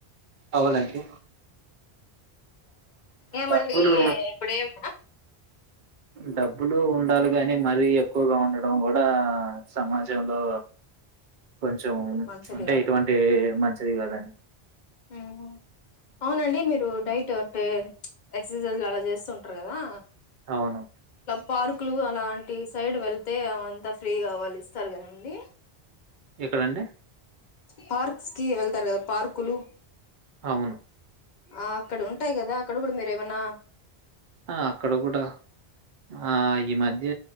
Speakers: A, on the right; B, on the left.
A: అవునండి
B: ఏమండి
A: డబ్బులు
B: ఇపుడేనా
A: డబ్బులు ఉండాలి గాని మరి ఎక్ క్కువగా ఉండడం గూడ సమాజంలో కొంచెం
B: మంచిది
A: అంటే
B: కాదు
A: ఇటువంటి మంచిది కాదం
B: మ్ అవునండి మీరు డైట్ అంటే ఎక్సర్సైజ్లు అలా చేసుంటారు గదా
A: అవును
B: పార్కులు అలాంటి సైడ్ వెళ్తే అవంత ఫ్రీ గా వాల్ ఇస్తారు కదండి
A: ఎక్కడండి
B: పార్క్స్ కి వెళ్తారు కదా పార్కులు
A: అవును
B: ఆ అక్కడ ఉంటాయి కదా అక్కడ కూడా మీరేమన్నా
A: ఆ అక్కడ కూడా ఆ ఈ మధ్య